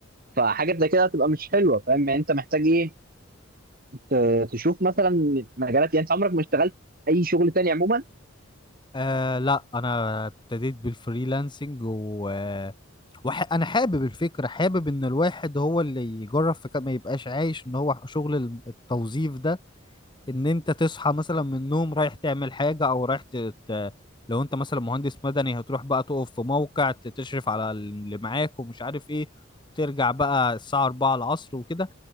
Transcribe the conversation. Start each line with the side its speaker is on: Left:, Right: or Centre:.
Right: فحاجه زي كده هتبقى مش حلوه فاهم يعني انت محتاج ايه ت- تشوف مثلا مجالات يعني انت عمرك ما اشتغلت اي شغل تاني عموما
Left: آه لا انا ابتديت بالفريلانسنج و آه، وح... انا حابب الفكره حابب ان الواحد هو اللي يجرب في كده ما يبقاش عايش ان هو شغل الم- التوظيف ده ان انت تصحى مثلا من النوم رايح تعمل حاجه او رايح ت... ت- لو انت مثلا مهندس مدني هتروح بقى تقف في موقع ت- تشرف على اللي معاك ومش عارف ايه ترجع بقى الساعه 4 العصر وكده